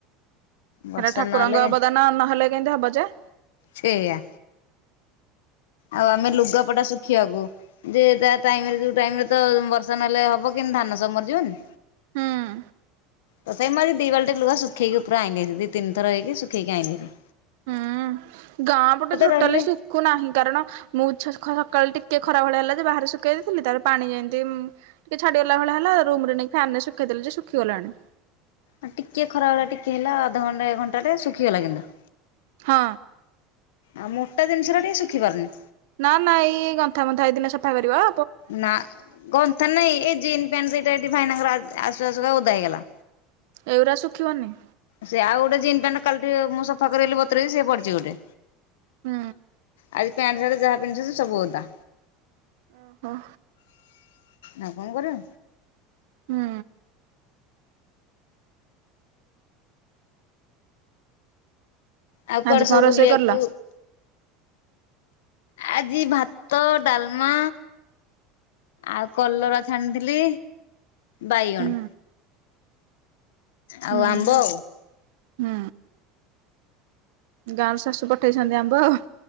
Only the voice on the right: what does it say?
ଏଇଟା ଠାକୁରଙ୍କ
ଅବଦାନ ନହେଲେ କେମତି ହବ ଯେ?
ହୁଁ।
ହୁଁ ଗାଁ ପଟେ ତ ଟୋଟାଲି
ଶୁଖୁ ନାହିଁ କାରଣ ମୁଁ ଛ ଖ ସକାଳେ ଟିକେ ଖରା ଭଳିଆ ହେଲା ଯେ ବାହାରେ ଶୁଖେଇ ଦେଇଥିଲି ତାପରେ ପାଣି ଯେମତି ଉଁ ଟିକେ ଛାଡିଗଲା ଭଳିଆ ହେଲା ରୁମ ରେ ନେଇ ଫ୍ୟାନରେ ଶୁଖେଇ ଦେଲି ଯେ ଶୁଖିଗଲାଣି।
ହଁ।
ନା ନା ଏଇ ଏଇ ଗନ୍ଥା ବନ୍ଥା ଏଇ ଦିନେ ସଫା କରିବ?
ଏଇଗୁରା ଶୁଖିବନି।
ହୁଁ।
ଓହୋ।
ହୁଁ।
ଆଜି କଣ
ରୋଷେଇ
କରିଲ?
ହୁଁ
ହୁଁ
ହୁଁ। ଗାଁରୁ ଶାଶୁ ପଠେଇଛନ୍ତି ଆମ୍ବ ଆଉ।